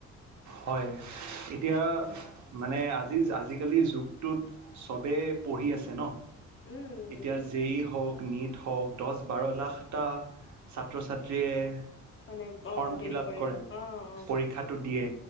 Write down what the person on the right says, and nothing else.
হয় এতিয়া মানে আজি আজিকালিৰ যুগটোত চবেই পঢ়ি আছে ন
এতিয়া যেই হওক- নিট হক দছ বাৰ লাখটা ছাত্ৰ ছাত্ৰীয়ে-
ফৰ্ম ফিল
আপ
পৰীক্ষাটো দিয়ে